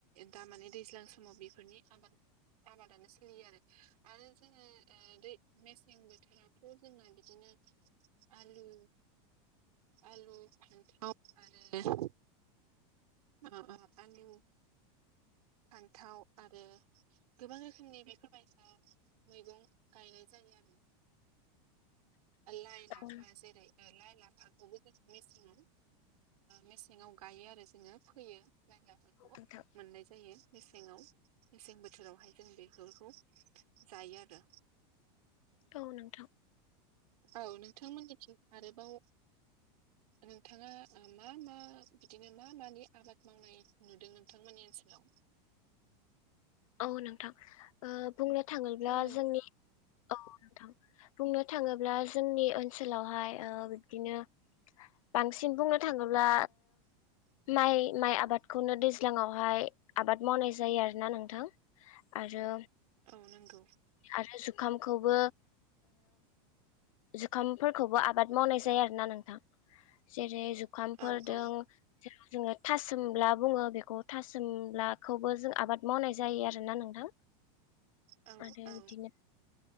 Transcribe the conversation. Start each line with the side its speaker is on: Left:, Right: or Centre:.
Right: दा माने दैज्लां समाव बेफोरनि आबाद आबादानो सोलियो आरो आरो जोङो दै मेसें बोथोरावथ जोंना बिदिनो आलु आलु फाखन्थाव आरो उम उम
Left: <inaudible>
Right: फान्थाव आरो गोबां रोखोमनि बेफोरबायायसा मैगं गायनाय जायो लाइ लाफा
Left: औ
Right: जेरै लाइ ला फाखौबो जों मेसेङाव मेसेङाव गायो आरो जोङो फोयो लखय लाफाखौ
Left: नोंथां
Right: मोननाय जायो मेसेङाव मेसें बोथोरावहाय जों बेफोरखौ जायो आरो
Left: औ नोंथां
Right: औ नोंथांमोननिथिं आरोबाव नोंथाङा मा मा बिदिनो मा मानि आबाद मावनाय नुदों नोंथांमोननि ओनसोलाव
Left: औ नोंथां बुंनो थाङोब्ला
Right: खोनादों
Left: जोंनि औ नोंथां बुंनो थाङोब्ला जोंनि ओनसोलावहाय बिबदिनो बांसिन बुंनो थाङोब्ला माइ माइ आबादखौनो दैज्लाङावहाय आबाद मावनाय जायो आरो ना नों थां आरो
Right: औ नंगौ
Left: आरो जुखामखौबो जुखामफोरखौबो आबाद मावनाय जायो आरो ना नोंथां जेरै जुखामफोर
Right: औ
Left: जों
Right: औ
Left: जेराव जों थासुमला बुङो बेखौ थासुमलाखौबो जों आबाद मावनाय जायो आरोना नोंथां
Right: औ
Left: आरो
Right: औ
Left: बिदिनो